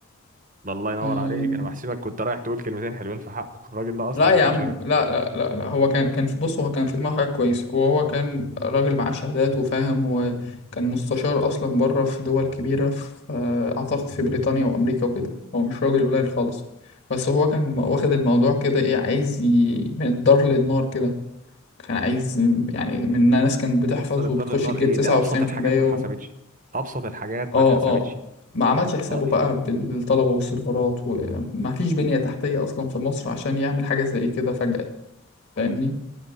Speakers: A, on the right (about 35°); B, on the left (about 55°).
A: ده الله ينور
B: آه،
A: عليك انا بحسبك كنت رايح تقول كلمتين حلوين في حقه الراجل ده اصلا
B: لا يا
A: ما كانش
B: عم
A: عامل
B: لا
A: حاجه
B: لا لا لا هو كان كان في بص هو كان في دماغه حاجة كويسة وهو كان راجل معاه شهادات وفاهم وكان مستشار أصلا بره في دول كبيرة في آه، أعتقد في بريطانيا وأمريكا وكده هو مش راجل قليل خالص بس هو كان واخد الموضوع كده إيه عايز ي... من الدار للنار كده كان عايز يعني من ناس كانت بتحفظ
A: يصل الدار
B: وبتخش
A: للنار
B: تجيب
A: ايه
B: تسعة
A: ده
B: وتسعين
A: ابسط الحاجات
B: في المية
A: ما اتحسبتش
B: و...
A: ابسط الحاجات
B: اه
A: ما اتحسبتش
B: اه ما عملش حسابه
A: اه
B: بقى
A: إيه. إيه.
B: بالطلبة والسيرفرات وما فيش بنية تحتية أصلا في مصر عشان يعمل حاجة زي كده فجأة فاهمني